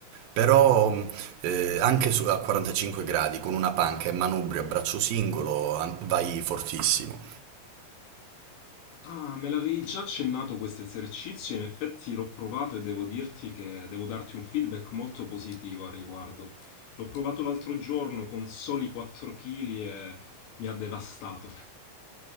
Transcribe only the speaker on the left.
Ah, me l'avevi già accennato questo esercizio, in effetti l'ho provato e devo dirti che devo darti un feedback molto positivo al riguardo. L'ho provato l'altro giorno con soli 4 kg e mi ha devastato.